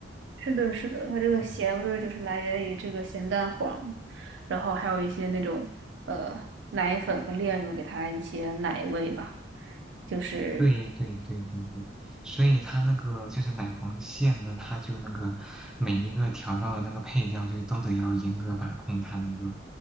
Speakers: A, on the right; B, in the centre.
A: 是的，是的，它这个咸味儿就是来源于这个咸蛋黄，
B: 嗯
A: 然后还有一些那种呃奶粉和炼乳给它一些奶味吧，就是
B: 对对对对对，所以它那个就是奶黄馅呢，它就那个每一个调料的那个配料就都得要严格把控，它那个